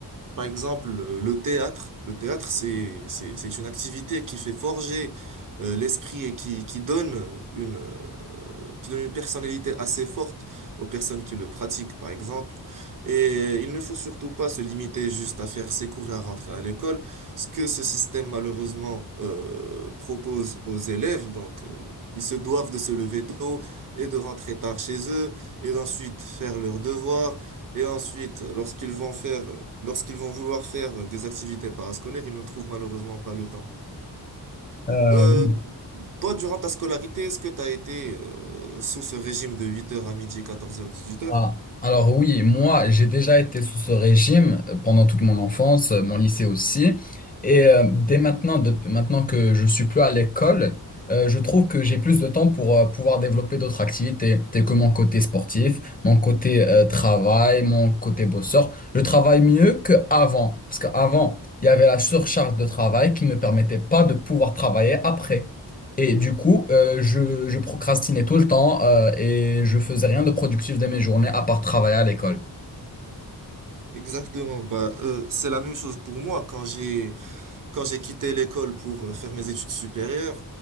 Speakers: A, on the right; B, on the left.
A: Par exemple, le, le théâtre, le théâtre, c'est, c'est, c'est une activité qui fait forger euh, l'esprit et qui, qui donne une, euh, qui donne une personnalité assez forte aux personnes qui le pratiquent, par exemple. Et il ne faut surtout pas se limiter juste à faire ses cours et à rentrer à l'école. Ce que ce système, malheureusement, euh, propose aux élèves, donc, euh, ils se doivent de se lever tôt et de rentrer tard chez eux et d'ensuite faire leurs devoirs et ensuite, lorsqu'ils vont faire, lorsqu'ils vont vouloir faire des activités parascolaires, ils ne trouvent malheureusement pas le temps.
B: Euh,
A: Euh,
B: oui,
A: toi, durant ta scolarité, est-ce que tu as été euh, sous ce régime de huit heures à midi, quatorze heures, dix-huit
B: Ah,
A: heures
B: alors oui, moi j'ai déjà été sous ce régime euh, pendant toute mon enfance, euh, mon lycée aussi, et euh, dès maintenant, depuis maintenant que je suis plus à l'école, euh, je trouve que j'ai plus de temps pour euh, pouvoir développer d'autres activités, telles que mon côté sportif, mon côté euh, travail, mon côté bosseur. Je travaille mieux qu'avant, parce qu'avant il y avait la surcharge de travail qui ne me permettait pas de pouvoir travailler après. Et du coup, euh, je, je procrastinais tout le temps euh, et je faisais rien de productif de mes journées à part travailler à l'école.
A: Exactement. Bah, euh, c'est la même chose pour moi. Quand j'ai Quand j'ai quitté l'école pour euh, faire mes études supérieures,